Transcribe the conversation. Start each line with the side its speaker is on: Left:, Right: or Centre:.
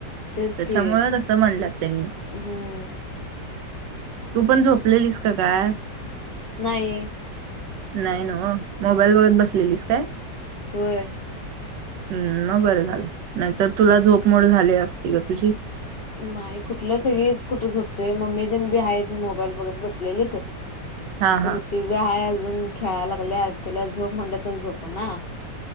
Left: तेच
Right: त्याच्यामुळंच
Left: की
Right: असं म्हणलंत त्यांनी.
Left: हम्म
Right: तू पण झोपलेलीस का काय.
Left: नाही.
Right: नाही ना मोबाईल बघत बसलेलीस काय?
Left: वय.
Right: हम् म बरं झालं नाहीतर तुला झोप मोड झाली असती ग तुझी.
Left: नाही कुठल्या सगळीच कुठं झोपतोय मम्मी जण बी आहेत मोबाईल बघत बसलेली तर.
Right: हा हा
Left: ऋथ्वीव्य हय अजून खेळायला लागले तिला झोप म्हणलं तर झोप ना.